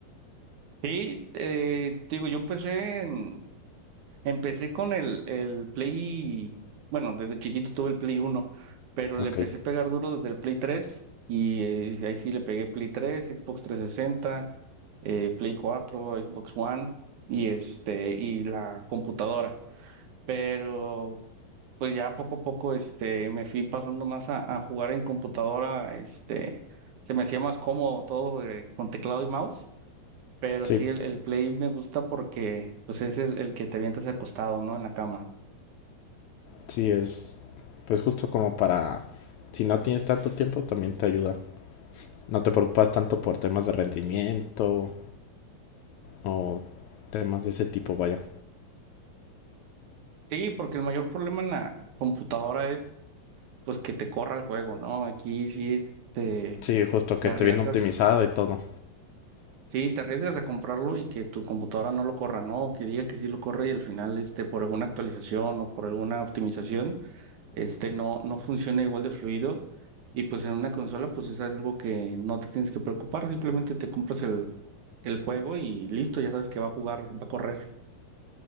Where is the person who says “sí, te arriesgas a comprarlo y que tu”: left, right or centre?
Right